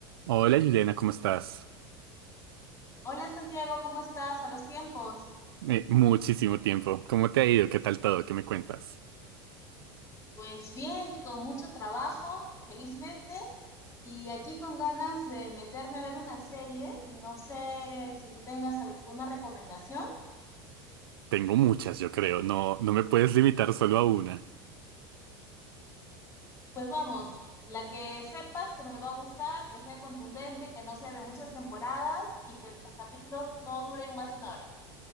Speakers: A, on the right (about 70°); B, on the left (about 20°).
A: Hola Juliana, ¿cómo estás?
B: Hola Santiago, ¿cómo estás a los tiempos?
A: Eh, muchísimo tiempo. ¿Cómo te ha ido? ¿Qué tal todo? ¿Qué me cuentas?
B: Pues bien, con mucho trabajo, felizmente, y aquí con ganas de meterme a ver una serie. No sé si tú tengas alguna recomendación.
A: Tengo muchas, yo creo. No, no me puedes limitar solo a una.
B: Pues vamos, la que sepas que me va a gustar, que sea contundente, que no sea de muchas temporadas y que los capítulos no duren más de una hora.